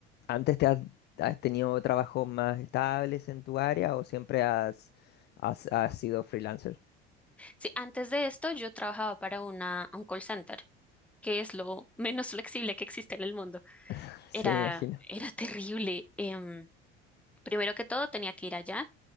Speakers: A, on the left; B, in the centre.
A: antes te has, has tenido trabajos más estables en tu área o siempre has, has, has sido freelancer?
B: Sí, antes de esto yo trabajaba para una, un call center, que es lo menos flexible que existe en el mundo.
A: <laughs> Sí,
B: Era,
A: me imagino.
B: era terrible. Em, primero que todo, tenía que ir allá